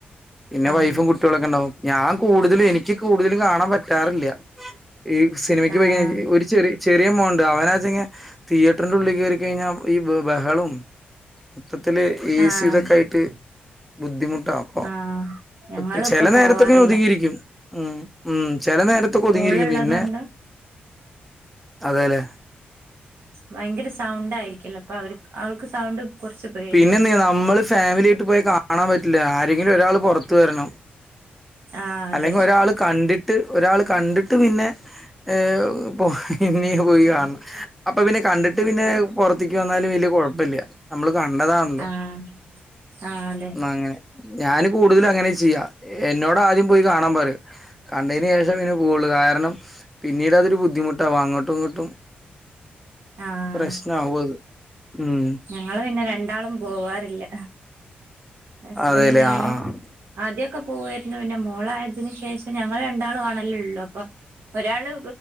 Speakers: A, in the centre; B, on the right.
A: പിന്നെ
B: ആഹ്
A: വൈഫും കു കുട്ടികളൊക്കെ ഒണ്ടാവും. ഞാൻ കൂടുതലും, എനിക്ക് കൂടുതലും കാണാൻ പറ്റാറില്ല. ഈ സിനിമയ്ക്ക്
B: ആഹ്
A: പോയി കഴിഞ്ഞാ ഒരു ചെറിയ ചെറിയ മോനൊണ്ട് അവനാ. തിങ്ങ് തിയേറ്ററിന്റെ ഉള്ളിൽ കേറി കഴിഞ്ഞാ. ഈ ബഹളും മൊത്തത്തില് എ
B: ആഹ്
A: സി യിതൊക്കെയായിട്ട് ബുദ്ധിമുട്ടാവും.
B: ആഹ് ഞങ്ങളും
A: ഓ ചെല
B: ഇപ്പൊ
A: നേരത്തൊക്കെ
B: പോവാറില്ല
A: ഒതുങ്ങിയിരിക്കും. ഉം ഉം ചെല നേര ത്തൊക്കെ ഒതുങ്ങിയിരിക്കും
B: മോളുള്ളത്
A: പിന്നെ.
B: കൊണ്ട്
A: അതേല്ലെ.
B: ഭയങ്കര സൗണ്ടായിരിക്കൂല്ലോ. അപ്പൊ അവരിക്ക് അവർക്ക് സൗണ്ട്. കുറച്ച് പേടിയാ
A: പിന്നെന്ന് നമ്മള് ഫാമിലിയായിട്ട് പോയി കാണാൻ പറ്റില്ല. ആരെങ്കിലും ഒരാള് പൊറ ത്തുവരണം.
B: ആഹ് അതെ.
A: അല്ലെങ്കി ഒരാള് കണ്ടിട്ട് ഒരാള് കണ്ടിട്ട് പിന്നെ ഏഹ് പോയ് പിന്നെയും പോയി കാണണം. അപ്പൊ പിന്നെ കണ്ടിട്ട് പിന്നെ പൊറത്തേക്ക് വന്നാലും വെല്യാ കൊഴപ്പില്യാ. നമ്മള് കണ്ടതാണല്ലോ
B: ആഹ് ആഹ് അതെ
A: എന്നാ അങ്ങനെ. ഞാന് കൂടുതല് അങ്ങനെ ചെയ്യാ. എന്നോടാദ്യം പോയി കാണാൻ പറയും. കണ്ടതിന് ശേഷം പിന്നെ പോവുള്ളൂ. കാരണം. പിന്നീട് അതൊരു ബുദ്ധിമുട്ടാവും. അങ്ങോട്ടും ഇങ്ങോട്ടും
B: ആഹ്
A: പ്രശ്നാവും അത്. ഉം
B: ഞങ്ങള് പിന്നെ രണ്ടാളും പോവാറില്ല. ഹസ്ബന്റും
A: അതെല്ലേ
B: ഞാനും.
A: ആ ആ
B: ആദ്യൊക്കെ പോവാരുന്നു. പിന്നെ മോളായതിന് ശേഷം ഞങ്ങള് രണ്ടാളും ആണല്ലേയുള്ളു അപ്പൊ. ഒരാള്